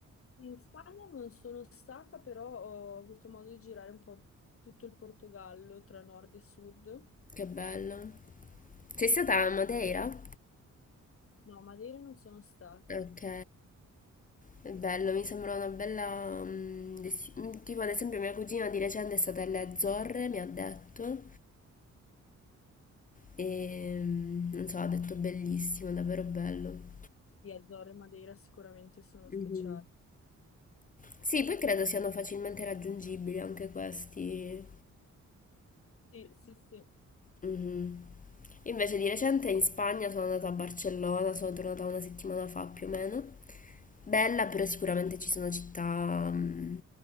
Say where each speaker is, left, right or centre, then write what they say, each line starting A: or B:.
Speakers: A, on the left (about 45°); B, on the left (about 30°).
A: in Spagna non sono stata, però ho avuto modo di girare un po' tutto il Portogallo tra nord e sud.
B: Che bello. Sei stata a Madeira?
A: No, Madeira non sono stata.
B: Ok, è bello, mi sembra una bella... mm, desi- mm, tipo ad esempio mia cugina di recente è stata alle Azzorre, mi ha detto, e mm, non so, ha detto bellissimo, davvero bello.
A: Sì, Azzorre e Madeira sicuramente sono speciali.
B: Mhm. Sì, poi credo siano facilmente raggiungibili anche questi,
A: Sì, sì, sì. Io
B: Mhm. Invece di recente in Spagna sono andata a Barcellona, sono tornata una settimana fa più o meno. Bella, però sicuramente ci sono città mm,